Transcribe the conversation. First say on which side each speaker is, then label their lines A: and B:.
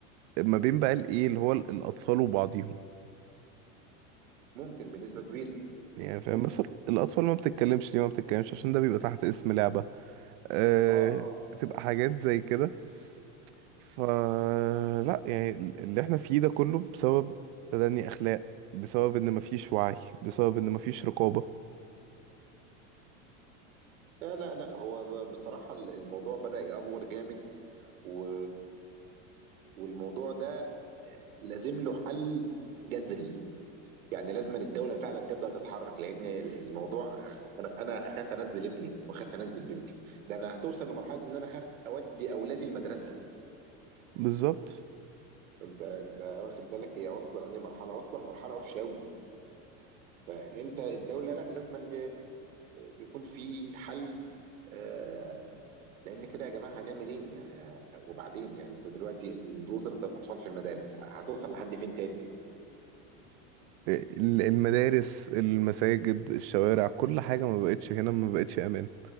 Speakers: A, on the right; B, on the right.
A: ما بين بقى الايه اللي هو الاطفال وبعضهم
B: ممكن بنسبه كبيره
A: يعني فاهم
B: ممكن
A: بس الاطفال ما بتتكلمش ليه ما بتتكلمش عشان ده بيبقى تحت اسم لعبة آه،
B: اه اه
A: بتبقى حاجات زي كده فلا يعني اللي احنا فيه ده كله بسبب تدني اخلاق بسبب ان مفيش وعي بسبب ان مفيش رقابة
B: لا لا لا هو ب- بصراحه الموضوع بدأ يأفور جامد و... والموضوع ده لازم له حل جذري يعني لازم الدولة فعلا تبدأ تتحرك لأن الموضوع أنا أنا أخاف أنزل ابني وأخاف أنزل بنتي ده أنا هتوصل لمرحلة إن أنا أخاف أودي أولادي المدرسة
A: بالظبط
B: انت انت واخد بالك هي واصله لانهي مرحله واصله لمرحله وحشه قوي فانت الدوله لا لازم أن يكون في حل آه، لان كده يا جماعه هنعمل ايه يعني وبعدين يعني انت دلوقتي وزاره الاطفال في المدارس هتوصل لحد فين تاني
A: آه، ال- المدارس المساجد الشوارع كل حاجة ما بقتش هنا ما بقتش امان